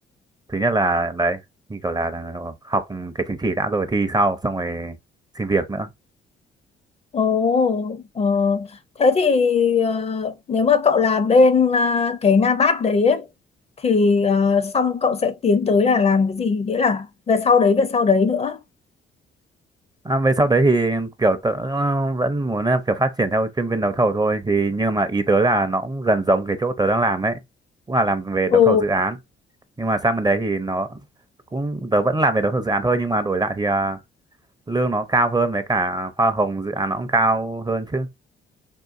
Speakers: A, on the right (about 20°); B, on the left (about 30°).
A: thứ nhất là đấy như kiểu là, là học cái chứng chỉ đã rồi thi sau xong rồi xin việc nữa
B: Ồ, ờ, thế thì ờ, nếu mà cậu làm bên ờ, cái Nabat đấy ấy, thì ờ, xong cậu sẽ tiến tới là làm cái gì nghĩa là về sau đấy về sau đấy nữa.
A: À, về sau đấy thì kiểu tớ ờ, vẫn muốn là kiểu phát triển theo chuyên viên đấu thầu thôi thì nhưng mà ý tớ là nó cũng gần giống cái chỗ tớ đang làm ấy cũng là làm về đấu
B: Ồ,
A: thầu dự án nhưng mà sang bên đấy thì nó cũng tớ vẫn làm về đấu thầu dự án thôi nhưng mà đổi lại thì à, lương nó cao hơn với cả hoa hồng dự án nó cũng cao hơn chứ